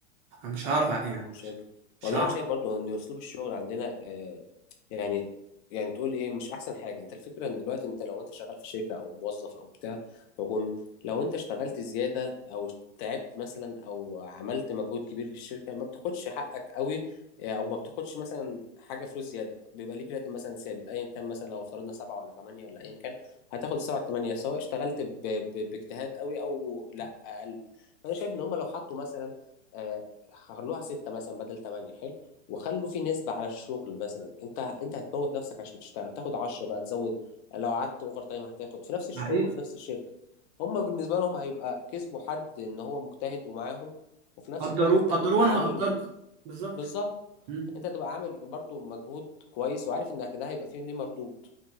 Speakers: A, on the right; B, on the left.
A: انا مش هعرف أ-
B: مم،
A: يعني
B: شايف
A: مش مش
B: والله
A: هعرف
B: انا شايف برضو ان اسلوب الشغل عندنا آه يعني يعني تقول ايه مش احسن حاجه انت الفكره ان دلوقتي انت لو انت شغال في شركه او موظف او بتاع حكومي لو انت اشتغلت زياده او تعبت مثلا او عملت مجهود كبير للشركه ما بتاخدش حقك قوي آه، او ما بتاخدش مثلا حاجه فلوس زياده بيبقى ليك راتب مثلا ثابت ايا كان مثلا لو افترضنا سبعه ولا ثمانيه ولا ايا كان هتاخد السبعه الثمانيه سواء اشتغلت ب... ب... باجتهاد قوي او لا اقل فانا شايف ان هم لو حطوا مثلا آه، خلوها ستة مثلا بدل تمانية حلو وخلوا في نسبة على الشغل مثلا انت انت هتموت نفسك عشان تشتغل تاخد عشرة بقى تزود لو قعدت اوفر تايم هتاخد في نفس الشغل
A: حقيقي
B: وفي نفس الشركة هما بالنسبة لهم هيبقى كسبوا حد ان هو مجتهد ومعاهم وفي نفس
A: قدروه
B: الوقت انت
A: قدروه
B: هتبقى
A: وانا
B: عامل
A: هقدركم بالظبط
B: بالظبط
A: مم.
B: انت هتبقى عامل برضو مجهود كويس وعارف انك ده هيبقى فيه ليه مردود